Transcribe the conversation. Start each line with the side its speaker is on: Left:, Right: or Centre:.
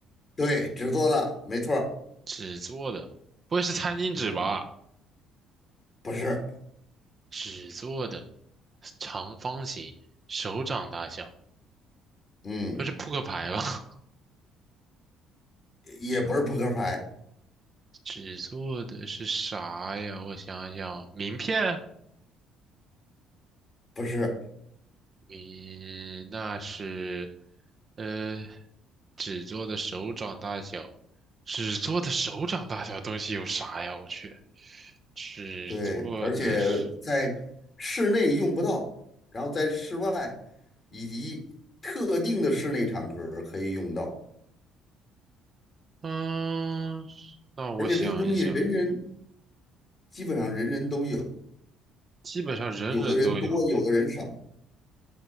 Left: 对，纸做的，没错儿
Right: 纸做的，不会是餐巾纸吧？
Left: 嗯。不是，
Right: 纸做的，长方形，手掌大小，
Left: 嗯，
Right: 不会是扑克牌吧？<laughs>
Left: 也不是扑克牌，
Right: 纸做的是啥呀？我想想，名片。
Left: 不是，
Right: 你那是，呃，纸做的手掌大小，纸做的手掌大小东西有啥呀？我去，纸做的是，
Left: 对，而且在室内用不到，然后在室外以及特定的室内场合可以用到，
Right: 嗯，那我想一想，
Left: 而且这个东西人人基本上人人都有，
Right: 基本上人人都有。
Left: 有的人多，有的人少，